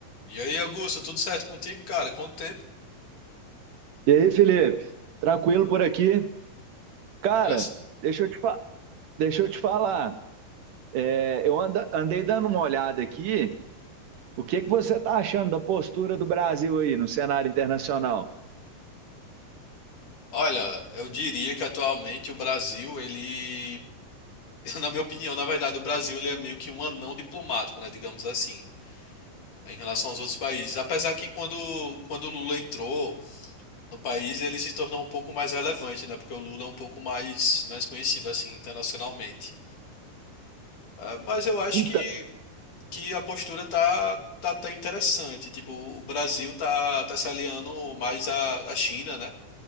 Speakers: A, on the left; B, on the right.
A: E aí, Augusto, tudo certo contigo, cara? Quanto tempo?
B: E aí, Felipe? Tranquilo por aqui? Cara,
A: Graças.
B: deixa eu te, fa- deixa eu te falar. É, eu anda- andei dando uma olhada aqui. O que que você está achando da postura do Brasil aí no cenário internacional?
A: Olha, eu diria que atualmente o Brasil, ele, <laughs> na minha opinião, na verdade, o Brasil ele é meio que um anão diplomático, né, digamos assim, em relação aos outros países. Apesar que quando quando o Lula entrou no país, ele se tornou um pouco mais relevante, né, porque o Lula é um pouco mais mais conhecido assim internacionalmente. Ah, Mas eu acho
B: Então,
A: que que a postura tá tá, tá interessante. Tipo, o Brasil tá tá se aliando mais à, à China, né?